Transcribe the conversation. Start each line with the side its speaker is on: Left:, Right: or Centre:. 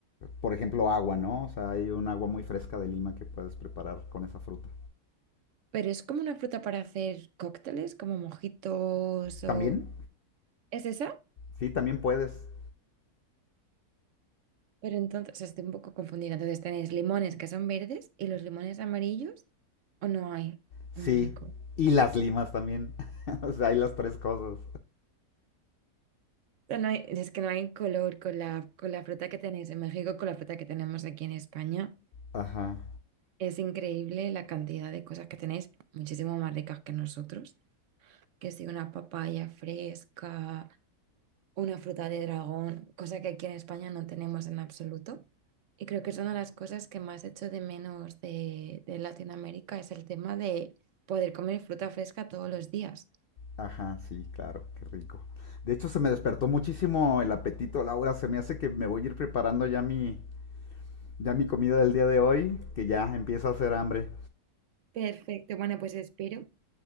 Left: por ejemplo, agua, ¿no? O sea, hay un agua muy fresca de Lima que puedes preparar con esa fruta.
Right: pero es como una fruta para hacer cócteles, como mojitos o...
Left: ¿También?
Right: ¿Es esa?
Left: Sí, también puedes.
Right: Pero entonces, o sea, estoy un poco confundida. Entonces, ¿tenéis limones que son verdes y los limones amarillos o no hay
Left: Sí.
Right: en México? O
Left: Y las limas también. <laughs> o sea, hay las tres cosas.
Right: sea, no hay- es que no hay color con la, con la fruta que tenéis en México, con la fruta que tenemos aquí en España.
Left: Ajá.
Right: Es increíble la cantidad de cosas que tenéis, muchísimo más ricas que nosotros. Que si una papaya fresca, una fruta de dragón, cosa que aquí en España no tenemos en absoluto. Y creo que es una de las cosas que más echo de menos de, de Latinoamérica, es el tema de poder comer fruta fresca todos los días.
Left: Ajá, sí, claro, qué rico. De hecho, se me despertó muchísimo el apetito, Laura. Se me hace que me voy a ir preparando ya mi, ya mi comida del día de hoy, que ya empieza a hacer hambre.
Right: Perfecto, bueno, pues espero